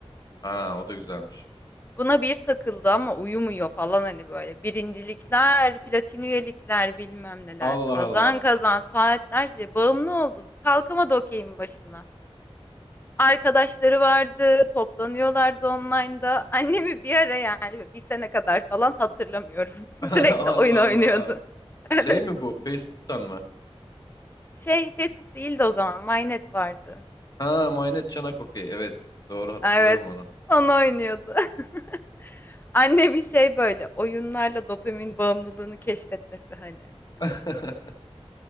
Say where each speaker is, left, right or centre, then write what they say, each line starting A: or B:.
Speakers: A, on the left; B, on the left.
A: Ha o da güzelmiş.
B: Buna bir takıldı ama uyumuyor falan hani böyle. Birincilikler, platin üyelikler bilmem neler.
A: Allah
B: Kazan
A: Allah.
B: kazan saatlerce bağımlı oldu. Kalkamadı okeyin başından. Arkadaşları vardı, toplanıyorlardı online'da. Annemi bir ara yani bir sene kadar falan hatırlamıyorum.
A: <laughs>
B: <laughs> Sürekli
A: Allah
B: oyun oynuyordu.
A: Allah.
B: <laughs> Evet.
A: Şey mi bu? Facebook'tan mı?
B: Şey Facebook değildi o zaman. MyNet vardı.
A: Ha Maynet Çanak okey. Evet. Doğru hatırlıyorum
B: Evet.
A: onu.
B: Onu oynuyordu. <laughs> Annemin şey böyle oyunlarla dopamin bağımlılığını keşfetmesi hani.
A: <laughs>